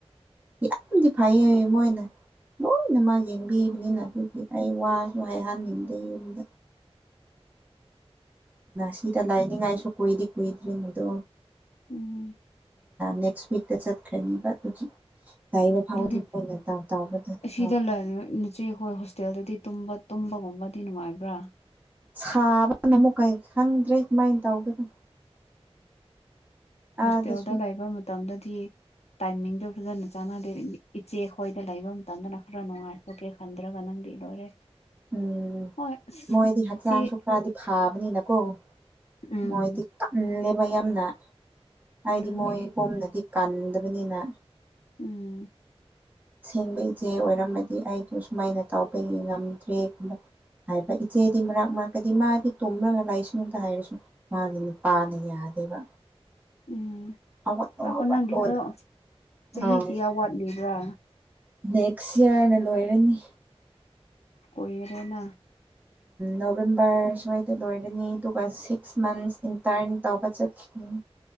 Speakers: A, on the right; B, on the left.
A: ꯌꯥꯝꯗꯤ ꯐꯩꯌꯦ ꯃꯣꯏꯅ ꯂꯣꯏꯅꯃꯛ ꯌꯦꯡꯕꯤꯕꯅꯤꯅ ꯑꯗꯨꯗꯤ ꯑꯩ ꯋꯥ ꯂꯩꯍꯥꯟꯅꯤꯡꯗꯦ ꯌꯨꯝꯗ ꯁꯤꯗ ꯂꯥꯏꯅꯤꯡꯉꯥꯏꯁꯨ ꯀꯨꯏꯗꯤ ꯀꯨꯏꯗ꯭ꯔꯤꯅꯤꯗꯣ
B: ꯎꯝ
A: ꯅꯦꯛꯁ ꯋꯤꯛꯇ ꯆꯠꯈ꯭ꯔꯅꯦꯕ ꯑꯗꯨꯒꯤ ꯂꯩꯕ ꯐꯥꯎꯗꯤ
B: ꯑꯗꯨꯗꯤ
A: ꯃꯣꯏꯅ ꯇꯧ ꯇꯧꯕꯗ
B: ꯑꯁꯤꯗ
A: ꯇꯧ
B: ꯂꯩ ꯅꯆꯧ ꯈꯣꯏ ꯍꯣꯇꯦꯜꯗꯗꯤꯕ ꯇꯨꯝꯕꯒꯨꯝꯕꯗꯤ ꯅꯨꯡꯉꯥꯏꯕ꯭ꯔꯥ
A: ꯁꯥꯕꯥꯟꯅ ꯃꯣꯀꯩ ꯁꯪꯗ꯭ꯔꯦ ꯀꯃꯥꯏꯅ ꯇꯧꯒꯅꯤ
B: ꯍꯣꯁꯇꯦꯜꯗ
A: ꯑꯥꯗꯁꯨ
B: ꯂꯩꯕ ꯃꯇꯝꯗꯗꯤ ꯇꯥꯏꯃꯤꯡꯗꯣ ꯐꯖꯅ ꯆꯥꯟꯅꯗꯦ ꯏꯆꯦ ꯈꯣꯏꯗ ꯂꯩꯕ ꯃꯇꯝꯗꯅ ꯈꯔ ꯅꯨꯡꯉꯥꯏ ꯑꯣꯀꯦ ꯈꯟꯗ꯭ꯔꯒ ꯅꯪꯗꯤ ꯂꯣꯏꯔꯦ
A: ꯎꯝ
B: ꯍꯣꯏ ꯑꯁ
A: ꯃꯣꯏꯗꯤ ꯍꯛꯆꯥꯡꯁꯨ
B: ꯏꯆꯦ
A: ꯈꯔꯗꯤ ꯐꯥꯕꯅꯤꯅꯀꯣ
B: ꯎꯝ
A: ꯃꯣꯏꯗꯤ ꯎ ꯂꯦꯕ ꯌꯥꯝꯅ ꯍꯥꯏꯗꯤ
B: ꯑꯗꯨꯅꯦ
A: ꯃꯣꯏ ꯕꯣꯝꯅꯗꯤ ꯀꯟꯗꯕꯅꯤꯅ
B: ꯎꯝ
A: ꯁꯦꯡꯕ ꯏꯆꯦ ꯑꯣꯏꯔꯝꯃꯗꯤ ꯑꯩꯗꯣ ꯁꯨꯃꯥꯏꯅ ꯇꯥꯎꯕ ꯌꯦꯡ ꯉꯝꯗ꯭ꯔꯦꯒꯨꯝꯕ ꯍꯥꯏꯕ ꯏꯆꯦꯗꯤ ꯃꯛ ꯃꯔꯛꯀꯗꯤ ꯃꯥꯗꯤ ꯇꯨꯝꯂꯒ ꯂꯥꯏꯁꯅꯨꯇ ꯍꯥꯏꯔꯁꯨ ꯃꯥꯅ ꯅꯨꯄꯥꯅ ꯌꯥꯗꯦꯕ
B: ꯎꯝ
A: ꯍꯧꯒꯠꯂꯣ
B: ꯉꯥꯏꯈꯣ
A: ꯍꯧꯒꯠꯂꯣꯅ
B: ꯅꯪꯒꯤꯗꯣ ꯆꯍꯤ
A: ꯑꯥ
B: ꯀꯌꯥ ꯋꯥꯠꯂꯤꯕ꯭ꯔꯥ
A: ꯅꯦꯛꯁ ꯏꯌꯥꯔꯅ ꯂꯣꯏꯔꯅꯤ
B: ꯀꯣꯏꯔꯦꯅ
A: ꯅꯣꯕꯦꯝꯕꯔ ꯁ꯭ꯋꯥꯏꯗ ꯂꯣꯏꯔꯅꯤ ꯑꯗꯨꯒ ꯁꯤꯛꯁ ꯃꯟꯁ ꯏꯟꯇꯔꯟ ꯇꯧꯕ ꯆꯠ ꯎꯝ